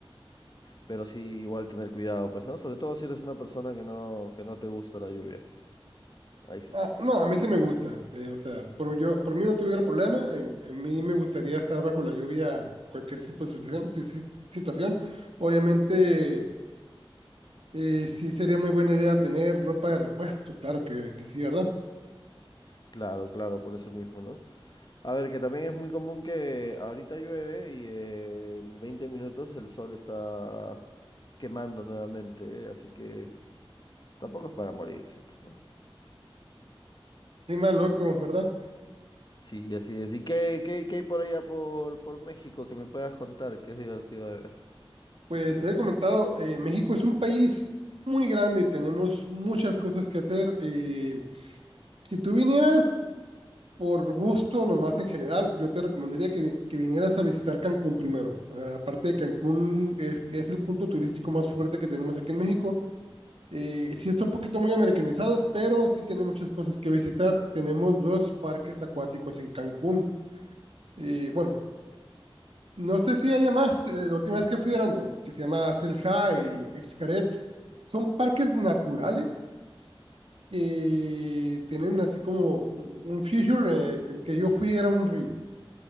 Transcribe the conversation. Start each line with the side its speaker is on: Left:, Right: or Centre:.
Left: pero sí igual tener cuidado, pues, ¿no? Sobre todo si eres una persona que no, que no te gusta la lluvia. Ahí sí está
Right: Ah,
Left: frío.
Right: no, a mí sí me gusta. eh, o sea, por, yo, por mí no tuviera problema. A, a mí me gustaría estar bajo la lluvia cualquier tipo de situación. tu- si- situación. Obviamente, eh, sí sería muy buena idea tener ropa de repuesto. Claro que, que sí, ¿verdad?
Left: Claro, claro, por eso mismo, ¿no? A ver, que también es muy común que ahorita llueve y eh, en 20 minutos el sol está quemando nuevamente, ¿eh? así que tampoco es para morirse, pues, ¿no?
Right: Clima loco, ¿verdad?
Left: Sí, así es. ¿Y qué, qué, qué hay por allá por, por México que me puedas contar? Que es divertido de ver.
Right: Pues te he comentado, eh, México es un país muy grande y tenemos muchas cosas que hacer. eh, si tú vinieras por gusto, nomás en general, yo te recomendaría que, vi- que vinieras a visitar Cancún primero. Ah, aparte de Cancún, es, es el punto turístico más fuerte que tenemos aquí en México. Eh, sí está un poquito muy americanizado, pero sí tiene muchas cosas que visitar. Tenemos dos parques acuáticos en Cancún. Eh, bueno, no sé si haya más. eh, la última vez que fui eran dos, que se llama Selja y Xcaret. Son parques naturales. eh, tienen así como un un feature. eh, el que yo fui era un río